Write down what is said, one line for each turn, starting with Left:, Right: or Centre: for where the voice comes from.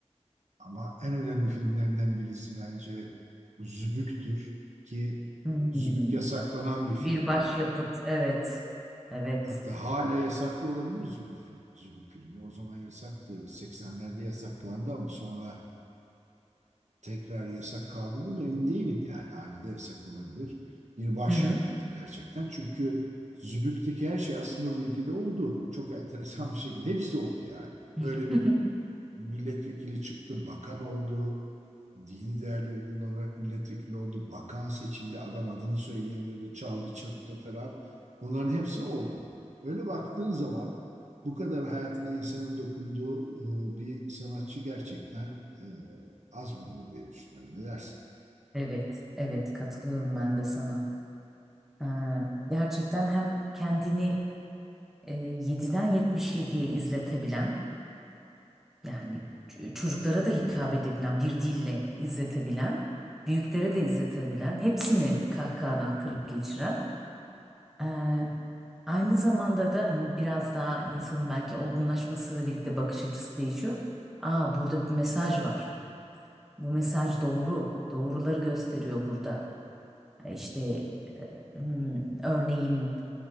Right: ama en önemli filmlerinden birisi bence Zübük'tür ki
Centre: Hmm.
Right: Zübük yasaklanan bir filmdi.
Centre: Bir başyapıt. Evet. Evet.
Right: Hatta hala yasaklı olabilir Zümrüt film, Zümrüt filmi. O zaman yasaktı. 80'lerde yasaklandı ama sonra tekrar yasak kaldırıldı mı emin değilim yani. Hala da yasak olabilir. Bir başyapıttı
Centre: Hı hı.
Right: gerçekten. Çünkü Zübük'teki her şey aslında bu ülkede oldu. Çok enteresan bir şekilde. Hepsi oldu yani. Böyle
Centre: <laughs>
Right: bir milletvekili çıktı, bakan oldu, dini değerleri kullanarak milletvekili oldu, bakan seçildi, adam adını söyleyemedi, çaldı, çırptı falan. Bunların hepsi oldu. Öyle baktığın zaman bu kadar hayatına insanın dokunduğu e, bir sanatçı gerçekten e, az bulunur diye düşünüyorum. Ne dersin?
Centre: Evet. Evet. Katılıyorum ben de sana. Ee, gerçekten hem kendini e, 7'den 77'ye izletebilen Yani ç- çocuklara da hitap edebilen, bir dille izletebilen, büyüklere de izletebilen, hepsini kahkahadan kırıp geçiren, eee, aynı zamanda da hani biraz daha insanın belki olgunlaşmasıyla birlikte bakış açısı değişiyor. Aa burada bir mesaj var. Bu mesaj doğru. Doğruları gösteriyor burada. E, İşte e, hmm, örneğin